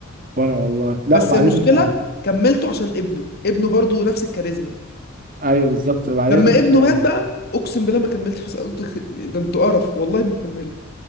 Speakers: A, on the right; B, on the left.
A: وانا والله لا
B: بس
A: وبعدين
B: المشكله
A: يعني
B: كملته عشان ابنه ابنه برضه نفس الكاريزما
A: ايوه بالظبط وبعدين
B: لما ابنه
A: آه...
B: مات بقى اقسم بالله ما كملت بس قلت <laughs> خ- ده انتوا قرف والله ما مكمله